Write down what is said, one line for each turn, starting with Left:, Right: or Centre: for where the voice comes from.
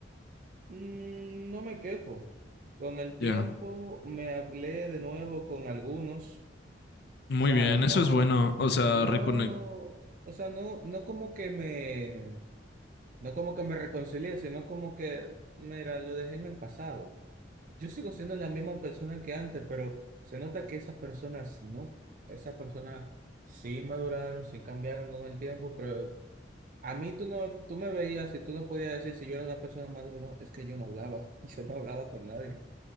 Right: Mm, no me quejo. Con el tiempo
Left: Ya.
Right: me hablé de nuevo con algunos,
Left: Muy
Right: ¿sabes?
Left: bien,
Right: No,
Left: eso es bueno. O sea,
Right: no,
Left: reconectar.
Right: o sea, no, no como que me No como que me reconcilié, sino como que, mira, lo dejé en el pasado. Yo sigo siendo la misma persona que antes, pero se nota que esas personas no. Esas personas sí maduraron, sí cambiaron con el tiempo, pero a mí tú no, tú me veías y tú no podías decir si yo era una persona madura o no. Es que yo no hablaba, <laughs> yo no hablaba con nadie.